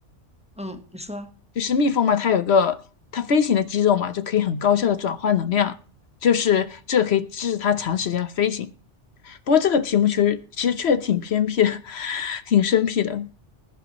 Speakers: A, in the centre; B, on the left.
A: 嗯，你说。
B: 就是蜜蜂嘛，它有个它飞行的肌肉嘛，就可以很高效的转换能量，就是这个可以支持它长时间的飞行。不过这个题目其实其实确实挺偏僻的，<laughs> 挺生僻的。